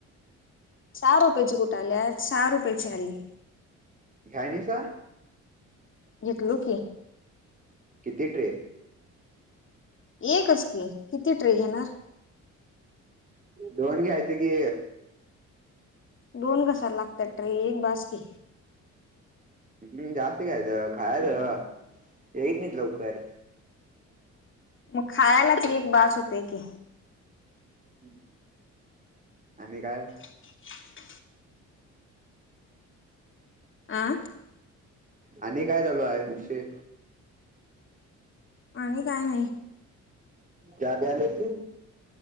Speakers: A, on the left; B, on the right.
A: चार रुपयाची कुठ आल्यात सहा रुपयाेची आली.
B: घायनीसा.
A: घेतलो की.
B: किती ट्रे.
A: एकच की किती ट्रे घेणार.
B: दोन घ्यायचे की.
A: दोन कश्याला लागतात ट्रे एक बाासकी.
B: हम्म जास्त घ्यायचं खायचं येत नाहीत लवकर.
A: मग खायलाच एक बास होतय की.
B: हम् आणि काय?
A: ह <inaudible> आं
B: आणि काय चालू आहे वाषय?
A: आणि काय नाही.
B: काय प्यायलेस हे?